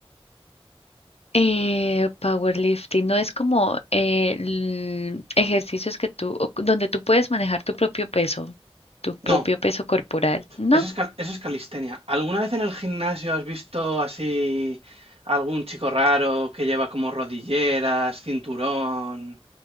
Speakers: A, on the left; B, on the right.
A: Eh, powerlifting no es como eh, l- ejercicios que tú, o- donde tú puedes manejar tu propio peso, tu propio
B: No,
A: peso corporal. No,
B: Eso es, cal- eso es calistenia. ¿Alguna vez en el gimnasio has visto así algún chico raro que lleva como rodilleras, cinturón,